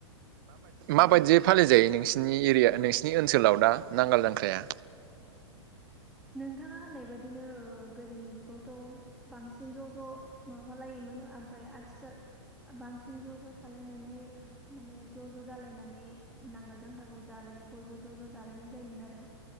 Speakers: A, on the right; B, in the centre.
A: माबायदियै
B: औ
A: फालिजायो नोंसि नोंनि एरिया नोंसिनि ओनसोलाव दा नांगाल जांख्राया
B: नोंथाङा होननाय बादिनो गोदोनि जुगावथ' बांसिन ज' ज' माबालायोमोन। मोन ओमफ्राय आथिखाल बांसिन ज' ज' थालायनानै माने ज' ज' जालायनानै नांगोल जांग्राखौ जाला बयबो ज' ज' जालायनाय जायोमोन आरो